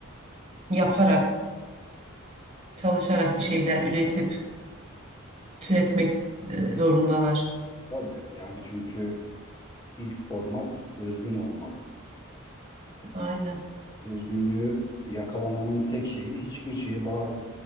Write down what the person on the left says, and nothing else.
Tabii yani çünkü ilk format özgün olmalı.
Özgünlüğü yakalamanın tek şeyi hiçbir şeye ba-